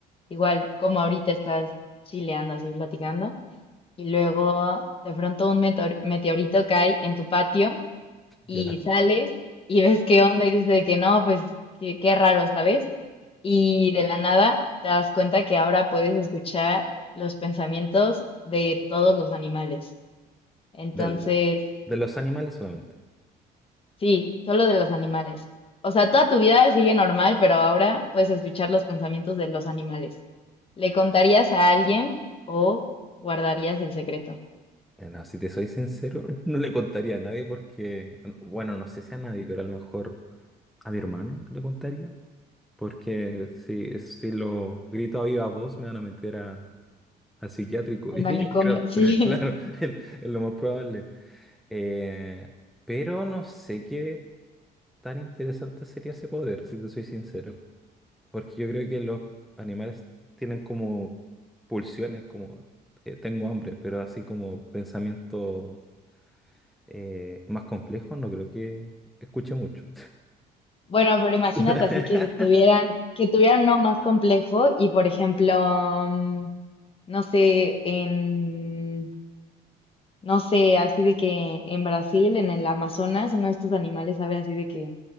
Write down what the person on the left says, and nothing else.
igual como ahorita estás chileando así platicando, y luego de pronto un meteor- meteorito cae en tu patio. y
sales y ves qué onda y dices de que no, pues qué, qué raro, ¿sabes? Y de la nada te das cuenta que ahora puedes escuchar los pensamientos de todos los animales. Entonces,
sí, solo de los animales. O sea, toda tu vida sigue normal, pero ahora puedes escuchar los pensamientos de los animales. ¿Le contarías a alguien o guardarías el secreto?
El
manicomio,
<laughs> sí.
Bueno, pero imagínate
así que tuvieran, que tuvieran uno más complejo y, por ejemplo, mm, no sé, en, no sé, así de que en Brasil, en el Amazonas, uno de estos animales sabe así de que,